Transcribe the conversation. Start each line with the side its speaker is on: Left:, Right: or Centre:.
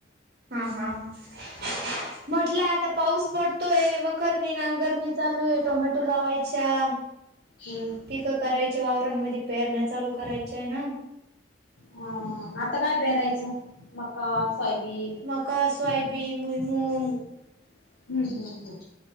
Right: हा हा म्हटलं आता. पाऊस पडतोय वखरनी नांगर चालू आहे टोमॅटो लावायच्या.
Left: हम्म.
Right: पिकं करायच्या वावरांमध्ये पेरण्या चालू करायच्या आहे ना.
Left: हा आता काय पेरायचं मग. फब ह
Right: मका सोयाबीन
Left: हम्म
Right: भुईमुग
Left: हम्म हम्म.